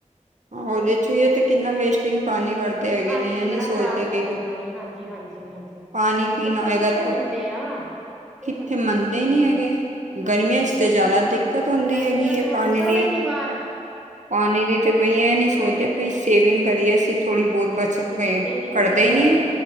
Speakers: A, on the right (about 70°); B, in the centre.
A: ਓਹਦੇ
B: ਹੋਰ
A: ਵਿੱਚ ਹੈ ਤੇ ਕਿੰਨਾ ਵੇਸਟਿੰਗ ਪਾਣੀ ਕਰਦੇ ਹੈਗੇ
B: ਹਾਂਜੀ
A: ਨੇ ਇਹ
B: ਬੜਾ
A: ਨੀ ਸੋਚਦੇ
B: ਖ਼ਰਾਬ ਜਾਂਦਾ
A: ਕਿ ਕਿ
B: ਪਾਣੀ ਹਾਂਜੀ ਹਾਂਜੀ ਹਾਂਜੀ
A: ਪਾਣੀ ਪੀਣਾ
B: ਬੱਚੇ
A: ਹੋਏਗਾ
B: ਕਿੱਥੇ
A: ਤੋ
B: ਮੰਨਦੇ ਆ ਨਹੀਂ
A: ਕਿੱਥੇ ਮੰਨਦੇ ਹੀ ਨਹੀਂੀ ਹੈਗੇ
B: ਹਾਂਜੀ
A: ਗਰਮੀਆਂ ਚ ਜ਼ਿਆਦਾ ਤੀਕ ਦਿੱਕਤ ਹੁੰਦੀ
B: ਗਰਮੀਆਂ
A: ਹੈਗੀ
B: ਚੋਂ
A: ਹੈ ਪਾਣੀ
B: ਨਿਕਲਦੇ
A: ਦੀ
B: ਨੀ ਬਾਹਰ
A: ਪਾਣੀ ਦੀ ਤੇ ਬਈ ਇਹ ਨੀ ਸੋਚਦੇ
B: ਹਾਂਜੀ
A: ਪਈ ਸੇਵਿੰਗ ਕਰੀਏ ਅਸੀਂ ਥੋੜ੍ਹੀ ਬਹੁਤ
B: ਹਾਂਜੀ
A: ਬੱਚਤ
B: ਵੀ ਪਾਣੀ ਦੀ
A: ਕਰਦੇ
B: ਬੱਚਤ
A: ਹੀ
B: ਕਰੋ
A: ਨਹੀਂੀ ਹੈ